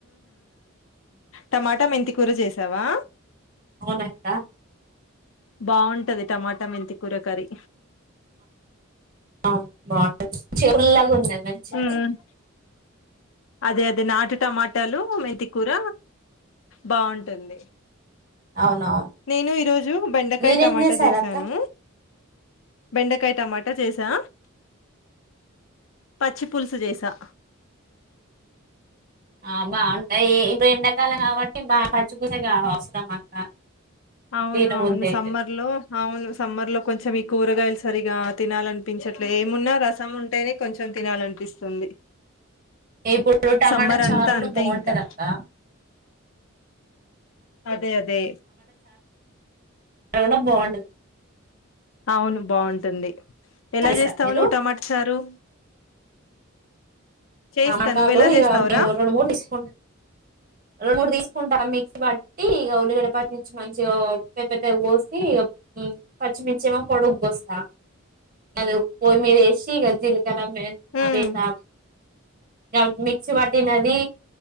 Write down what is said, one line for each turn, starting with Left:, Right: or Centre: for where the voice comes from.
Left: టమాటా మెంతికూర చేసావా
Right: అవునక్క
Left: బాగుంటది టమాటా మెంతి కూర కయ
Right: అవును బాగుంటది మంచి ఉల్లాగా ఉంది మంచి
Left: ఉమ్ అదే అదే నాటు టమాటాలు మెంత కూర బాగుంటుంది
Right: అవునవును
Left: నేను ఈరోజు బెండకాయ
Right: మీరేం
Left: టమాటా
Right: చేశారు
Left: చేసాను
Right: అక్క
Left: బెండకాయ టమాటా చేసా పచ్చి పులుసు చేసా
Right: ఆ బాగుంటాయి ఇప్పుడు ఎండాకాలం కాబట్టి బా పచ్చి పూలూసు కా అవసరం అక్క
Left: అవును
Right: తినబుద్ధి
Left: అవును
Right: అయితది
Left: సమ్మర్ లో అవును సమ్మర్ లో కొంచెం ఈ కూరగాయలు సరిగా తినాలనిపించట్లే ఏమున్నా రసం ఉంటేనే కొంచెం తినాలనిపిస్తుంది
Right: ఇప్పుడు టమాటా
Left: సమ్మర్
Right: చారు
Left: అంతా
Right: కూడా
Left: అంతే
Right: బాగుంటది
Left: ఇంకా
Right: అక్క
Left: అదే అదే
Right: అయినా బాగుంటది
Left: అవును బాగుంటుంది ఎలా
Right: చేస్తారా
Left: చేస్తావు
Right: మీరు
Left: నువ్వు టమాటా చారు చేస్తా
Right: టమాటాలు
Left: నువ్వు ఎలా చేస్తావురా
Right: ఇక మేము రెండు మూడు తీసుకు రెండు మూడు తీసుకుంటా మిక్సీ బట్టి ఇ ఉల్లిగడ్డ పట్టి నుంచి మంచిగా పెద్ద పెద్దగా కోసి పచ్చిమిర్చి ఏమో పొడుగ్గా కోస్తా అది పొయ్యి మీద వేసి జిల కారా ఆవాలు
Left: ఉమ్
Right: వేస్తాం ఆ మిక్సీ పట్టినది